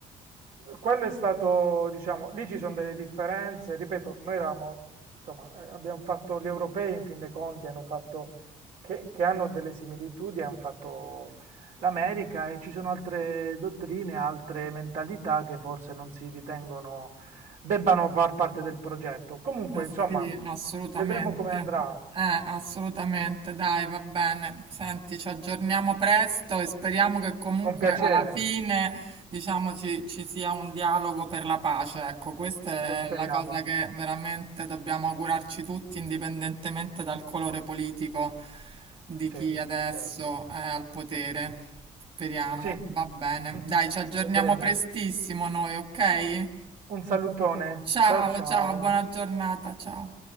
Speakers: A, on the right; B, on the right.
A: Quello è stato, diciamo, lì ci sono delle differenze, ripeto, noi eravamo, insomma, eh, abbiamo fatto gli europei in fin dei conti, hanno fatto, che, che hanno delle similitudini, hanno fatto l'America e ci sono altre dottrine, altre mentalità che forse non si ritengono debbano far parte del progetto. Comunque,
B: Eh
A: insomma,
B: sì, assolutamente.
A: vedremo come andrà,
B: Eh, assolutamente. Dai, va bene. Senti, ci aggiorniamo presto e speriamo che comunque
A: con piacere,
B: alla fine, diciamo, ci, ci sia un dialogo per la pace. Ecco, questa
A: lo speriamo,
B: è la cosa che veramente dobbiamo augurarci tutti, indipendentemente dal colore politico di
A: sì,
B: chi adesso
A: certo,
B: è al potere. Speriamo.
A: sì,
B: Va bene.
A: <laughs>
B: Dai, ci aggiorniamo
A: vedremo.
B: prestissimo noi, ok?
A: Un salutone,
B: Ciao,
A: ciao ciao.
B: ciao, buona giornata, ciao.